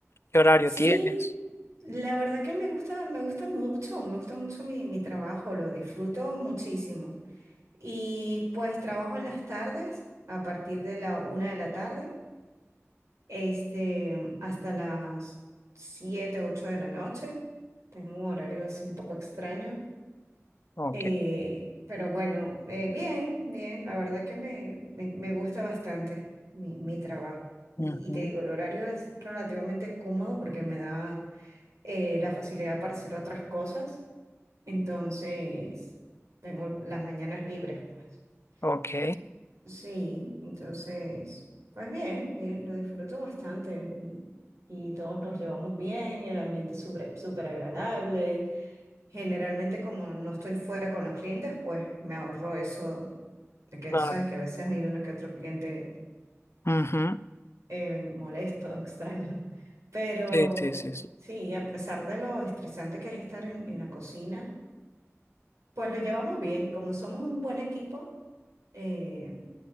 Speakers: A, on the left; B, on the right.
A: ¿Qué horario
B: Sí,
A: tienes?
B: la verdad que me gusta, me gusta mucho, me gusta mucho mi, mi trabajo, lo disfruto muchísimo. Y pues trabajo en las tardes, a partir de la una de la tarde, este, hasta las siete, ocho de la noche. Tengo un horario así un poco extraño.
A: Ok.
B: Eh, pero bueno, eh, bien, bien, la verdad que me, me- me gusta bastante mi, mi trabajo.
A: Ujú.
B: Y, y te digo, el horario es relativamente cómodo porque me da eh, la facilidad para hacer otras cosas. Entonces, tengo las mañanas libres, pues.
A: Ok,
B: Y- sí, entonces, pues bien, bien, lo disfruto bastante. Y, y todos nos llevamos bien, y el ambiente es súper súper agradable. Generalmente, como no estoy fuera con los clientes, pues me ahorro eso. de Que
A: claro.
B: tú sabes que a veces hay uno que otro cliente
A: Ujú.
B: eh, molesto, <laughs> extraño. Pero
A: Sí, sí, sí, sí.
B: sí, a pesar de lo estresante que es estar en, en la cocina, pues lo llevamos bien. Como somos un buen equipo, eh,